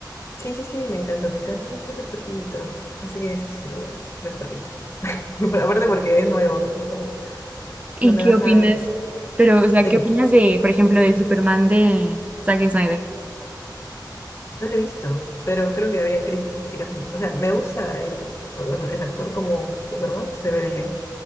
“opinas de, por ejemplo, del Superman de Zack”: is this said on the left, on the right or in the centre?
Right